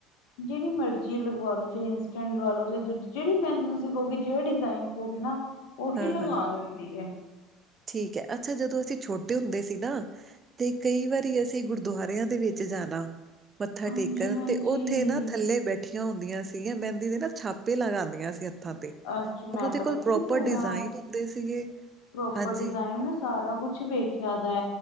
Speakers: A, on the left (about 75°); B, on the right (about 35°).
A: ਜਿਹੜੀ ਮਰਜ਼ੀ ਲਵਾ ਲਉ ਚਾਹੇ ਇੰਸਟ ਲ ਲੋ ਚਾਹੇ ਦੂਜੀ ਜਿਹੜੀ ਮਹਿੰਦੀ ਤੁਸੀਂਹੋਗੇ ਜਿਹੜਾ ਡਿਜ਼ਾਇਨ ੋਗੇ ਨਾ ਉਹੀ
B: ਹਾਂ-ਹਾਂ।
A: ਲਗਾ ਦਿੰਦੀ ਹੈ
B: ਠੀਕ ਹੈ ਅੱਛਾ ਜਦੋਂ ਅਸੀਂ ਛੋਟੇ ਹੁੰਦੇ ਸੀ ਨਾ ਤੇ ਕਈ ਵਾਰੀ ਅਸੀਂ ਗੁਰਦੁਆਰਿਆਂ ਦੇ ਵਿੱਚ ਜਾਣਾ ਮੱਥਾ
A: ਹਾਂਜੀ
B: ਟੇਕਣ
A: ਹਾਂਜੀ
B: ਤੇ ਉੱਥੇ ਨਾ ਥੱਲੇ ਬੈਠੇ ਇਕੱਠੀਆਂ ਹੁੰਦੀਆਂ ਸੀ ਮਹਿੰਦੀ ਦੇ ਨਾ ਛਾਪੇ ਲਗਾਉਂਦੀਆਂ ਸੀ ਤੇ
A: ਅ ਮੈਂ
B: ਉਹਨਾਂ ਦੇ
A: ਪਤਾ
B: ਕੋਲ ਪ੍ਰੋਪਰ
A: ਕੀ ਹੋਇਆ
B: ਡਿਜ਼ਾਇਨ ਹੁੰਦੇ ਸੀਗੇ
A: ਪ੍ਰੋਪਰ
B: ਹਾਂਜੀ
A: ਡਿਜ਼ਾਇਨ ਮੈ ਸਾਰਾ ਕੁਛ ਵੇਖਿਆ ਦਾ